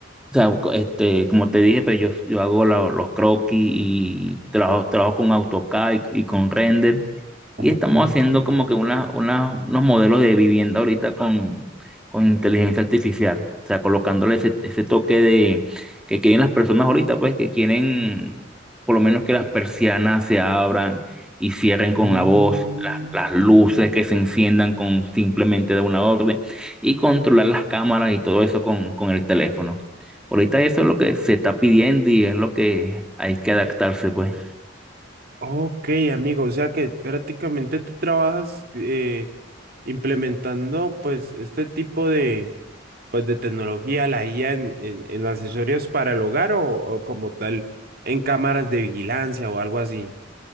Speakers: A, in the centre; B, on the right (about 50°).
A: O sea, co- este, como te dije, pues yo, yo hago la- los croquis y trabajo, trabajo con AutoCAD y, y con render. Y
B: Ok.
A: estamos haciendo como que una, una- unos modelos de vivienda ahorita con, con inteligencia artificial. O sea, colocándole ese, ese toque de que quieren las personas ahorita, pues que quieren por lo menos que las persianas se abran y cierren
B: Mm,
A: con la voz, las las luces que se enciendan con simplemente de una orden y controlar las cámaras y todo eso con, con el teléfono. Ahorita eso es lo que se está pidiendo y es lo que hay que adaptarse, pues.
B: ok, amigo. O sea que prácticamente tú trabajas eh, implementando pues este tipo de... pues de tecnología, la IA en, en, en accesorios para el hogar o, o como tal en cámaras de vigilancia o algo así.